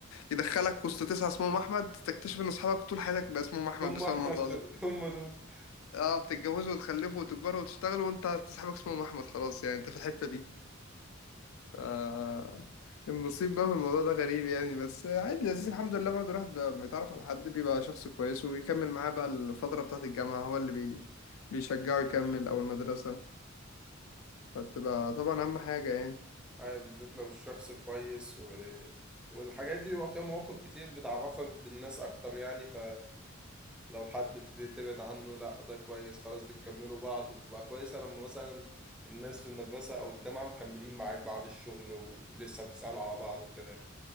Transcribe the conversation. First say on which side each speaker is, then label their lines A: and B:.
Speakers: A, on the left (about 85°); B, in the centre.
A: يدخلك وسط تسعه اسمهم احمد تكتشف ان اصحابك طول حياتك بقى اسمهم احمد
B: هم
A: بسبب
B: أحمد
A: الموضوع
B: دول
A: ده
B: هم دول
A: <laughs> اه بتتجوزوا وتخلفوا وتكبروا وتشتغلوا وانت صاحبك اسمه احمد خلاص يعني انت في الحته دي آه النصيب بقى في الموضوع ده غريب يعني بس عادي لذيذ الحمد لله برضه الواحد بقى بيتعرف على حد بيبقى شخص كويس ويكمل معاه بقى الفترة بتاعة الجامعة هو اللي بي بيشجعه يكمل أو المدرسة فبتبقى طبعا أهم حاجة يعني
B: أي بالذات لو الشخص كويس و... والحاجات دي بيبقى فيها مواقف كتير بتعرفك بالناس أكتر يعني ف لو حد بتبتدي تبعد عنه لا ده كويس خلاص بتكملوا بعض وبتبقى كويسة لما مثلا الناس في المدرسة أو الجامعة مكملين معاك بعد الشغل ولسه بتسألوا على بعض وكده